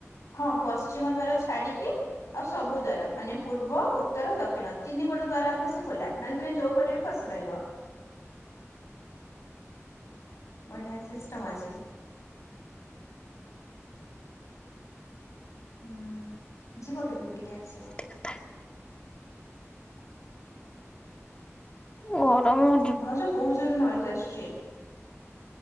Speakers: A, on the left; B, on the left.
A: ହଁ ପଶ୍ଚିମ ଦ୍ଵାର ଛାଡିକି ଆଉ ସବୁ ଦ୍ଵାର ମାନେ ପୂର୍ବ ଉତ୍ ତ୍ତର, ଦକ୍ଷିଣ ତିନି ପଟ ଦ୍ଵାର ଆଙ୍କ ସେ ଖୋଲା। ମାନେ ତମେ ଯୋଉ ପଟେ ବି ପଶିପାରିବ। ବଢିଆ ସିଷ୍ଟମ ଅଛି। ଉଁ ଯିବ କେବେ ବୁଲି ଆସିବ।
B: ଭିତରେ। ଗରମ ହୋ
A: ଭାଉଜ ବହୁତ ଜୋରେ ନଏଜ ଆସୁଚି।